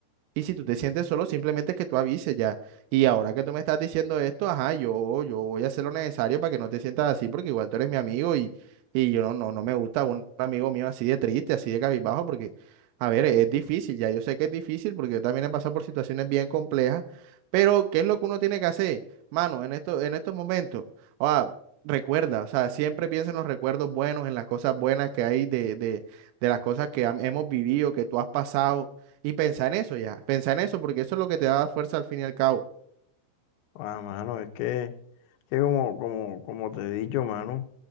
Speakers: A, on the right (about 80°); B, on the left (about 80°).
A: Y si tú te sientes solo, simplemente que tú avises ya. Y ahora que tú me estás diciendo esto, ajá, yo, yo voy a hacer lo necesario para que no te sientas así, porque igual tú eres mi amigo y, y yo no, no, no me gusta un amigo mío así de triste, así de cabizbajo, porque, a ver, es difícil, ya yo sé que es difícil, porque yo también he pasado por situaciones bien complejas, pero ¿qué es lo que uno tiene que hacer, mano, en esto, en estos momentos? O sea, recuerda, o sea, siempre piensa en los recuerdos buenos, en las cosas buenas que hay de, de, de las cosas que ham- hemos vivido, que tú has pasado. Y piensa en eso ya, piensa en eso, porque eso es lo que te da fuerza al fin y al cabo.
B: Ah, mano, es que. Que como, como, como te he dicho, mano,